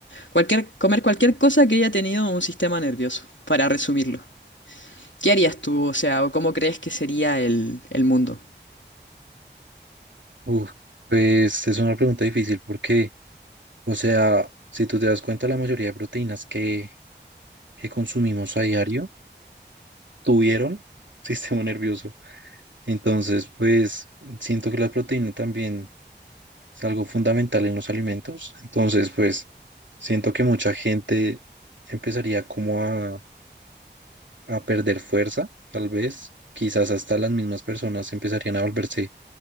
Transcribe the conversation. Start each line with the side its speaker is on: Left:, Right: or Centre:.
Left: Cualquier, comer cualquier cosa que haya tenido un sistema nervioso, para resumirlo. ¿Qué harías tú? O sea, ¿o ¿cómo crees que sería el, el mundo?
Right: Uf, pues es una pregunta difícil porque, o sea, si tú te das cuenta, la mayoría de proteínas que, que consumimos a diario tuvieron <laughs> sistema nervioso. Entonces, pues siento que la proteína también es algo fundamental en los alimentos. Entonces, pues siento que mucha gente empezaría como a, a perder fuerza, tal vez. Quizás hasta las mismas personas empezarían a volverse